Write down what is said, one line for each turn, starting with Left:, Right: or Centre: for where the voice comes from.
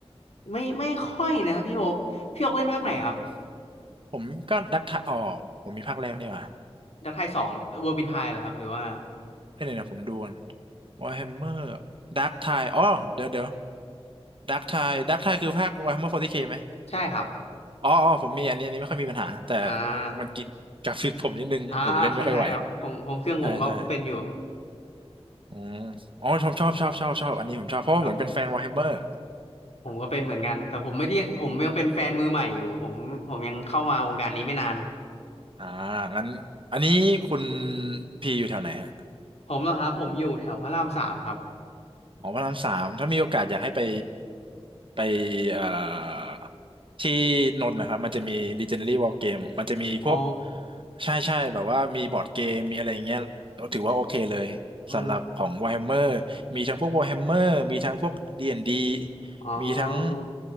Left: ไม่ไม่ค่อยนะครับพี่โอ๊กพี่โอ๊กเล่นภาคไหนครับ
Right: อ๋อ ผมก็ดักทายอ๋อผมมีภาคแรกนี่หว่ะ
Left: Dark Tide สองเวอร์บินไทยเหรอครับหรือว่า
Right: เอ้ยเนี่ยวนะผมดูก่อนวอ r แฮมเมอร์ดักทายอ๋อเดี๋ยวเดี๋ยวดักทายดักทายคือภาควอ r แฮมเมอร์4เคไหม
Left: ใช่ครับ
Right: อ๋ออ๋อผมมีอันนี้อันนี้ไม่ค่อยมีปัญหาแต่
Left: อ่า
Right: มันกินกราฟิกผมนิดนึงผมเล่นไม่ค่อยไหว
Left: อ่าเข้าใจครับผมผมเครื่องผมก็เป็นอยู่
Right: ใช่ใช่อืมอ๋อผมบชอบชอบชอบชอบอันนี้ผมชอบเพราะว่าผมเป็นแฟนวอ
Left: ครับ
Right: r แฮมเมอร์
Left: ผมก็เป็นเหมือนกันแต่ผมไม่ได้ผมยังเป็นแฟนมือใหม่อยู่ผมผมยังเข้ามาวงการนี้ไม่นาน
Right: อ่างั้นอันนี้คุณพีอยู่แถวไหนฮะ
Left: ผมเหรอครับผมอยู่แถวพระรามสามครับ
Right: อ๋อพระรามสามถ้ามีโอกาสอยากให้ไปไปเอ่อที่นนท์นะครับมันจะมี Legendary War Game มันจะมีพวก
Left: อ๋อ
Right: ใช่ใช่แบบว่ามีบอร์ดเกม มีอะไรอย่างเงี้ยเราถือว่าโอเคเลยสำหรับของ
Left: อ๋อ
Right: Warhammer มีทั้งพวก Warhammer มีทั้งพวก D&D
Left: อ๋อ
Right: มีทั้ง